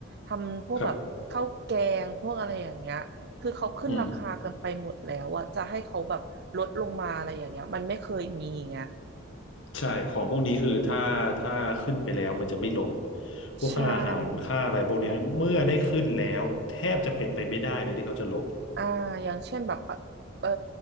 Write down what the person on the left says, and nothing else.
ครับอืมใช่ของพวกนี้คือถ้าถ้าขึ้นไปแล้วมันจะไม่ลงพวกค่าอาหารค่าอะไรพวกเนี้ยเมื่อได้ขึ้นแล้วแทบจะเป็นไปไม่ได้เลยที่เขาจะลง